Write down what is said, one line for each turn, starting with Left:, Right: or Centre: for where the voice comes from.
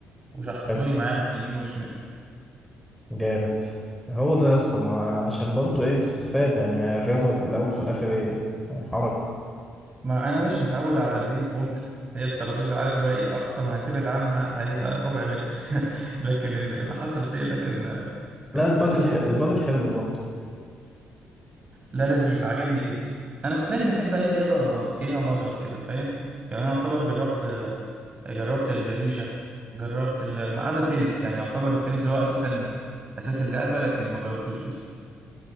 Right: وشحططوني
Centre: <laughs> حلو،
Right: معاهم يمين وشمال
Centre: جامد هو ده يا اسطى ما عشان برضه ايه تستفاد يعني الرياضة في الاول وفي الاخر ايه حركة
Right: ما انا يا باشا متعود على البينج بونج هي الترابيزه عارف اللي هو ايه اقصى ما هتبعد عنها هيبقى ربع متر <laughs> لكن اللي حصل فيا ده كان آه، كانت
Centre: لا البادل ح... البادل حلو برضه
Right: لا لذيذ عجبني جدا انا صدقني بحب اي رياضه فيها مضرب كده فاهم يعني انا اعتبر جربت جربت الريشه جربت ال... ما عدا التنس يعني يعتبر التنس اللي هو اساسا اساس اللعبه لكن ما جربتوش لسه